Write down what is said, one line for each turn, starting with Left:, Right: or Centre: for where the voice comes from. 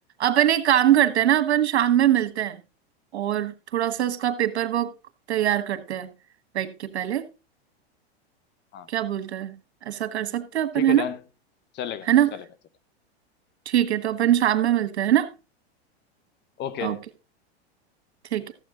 Right: अपन एक काम करते हैं ना अपन शाम में मिलते हैं और थोड़ा सा उसका पेपर वर्क तैयार करते हैं बैठ के पहले
Left: हाँ
Right: क्या बोलते हैं ऐसा कर सकते हैं अपन
Left: ठीक
Right: है
Left: है
Right: ना
Left: डन चलेगा
Right: है ना
Left: चलेगा चलेगा
Right: ठीक है तो अपन शाम में मिलते हैं ना
Left: ओके
Right: ओके ठीक